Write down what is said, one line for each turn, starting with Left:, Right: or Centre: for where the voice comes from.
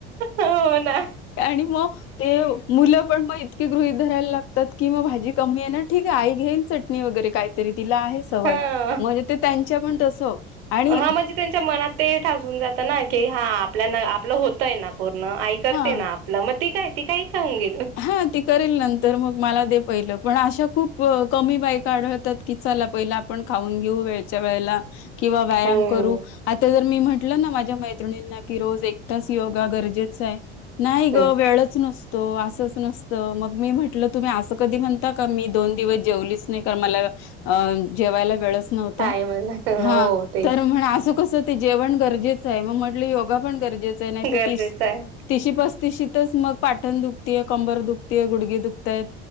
Right: हो ना.
Left: आणि मग ते मुलं पण मग इतके गृहित धरायला लागतात की मग भाजी कमी आहे ना ठीक आहे आई घेईन च. वगैरे काहीतरी तिला आहे सवय
Right: हा
Left: म्हणजे ते त्यांच्या पण तस आणि
Right: हा म्हणजे त्यांच्या मनात ते ठासून जात ना की हा आपल्या आपलं होतय ना पूर्ण आई करते
Left: हा
Right: ना. आपला मग ती काय त काही खाऊन गेलं.
Left: हा ती करेल नंतर मग मला दे पहिलं पण अशा खूप कमी बायक आढळतात की चला पहिलं आपण खाऊन घेऊ वेच्या वेळेला किंवा व्यायाम
Right: हम्म
Left: करू आता जर तर मी म्हंटलं ना माझ्या मैत्रिणींना की रोज एक तास योगा गरजेच आहे नाही
Right: हम्म
Left: ग वेळच नसतो असच नसत मग मी म्हंटलं तुम्ही असं कधी म्हणता का मी दोन दिवस जेवलीच नाही कार मला अ जेवायला वेळच नव्हता
Right: टाइमच हो
Left: हा
Right: तेच
Left: तर म्हण अस कस ते जेवण गरजेचं आहे मग म्हटली योगा पण गरजेचं आहे नाही तर
Right: गरजेचं
Left: तीस
Right: आहे.
Left: तिशी पस्तीसशीतच मग पाटण दुखतेय कंबर दुखतेय गुडगे दुखतायत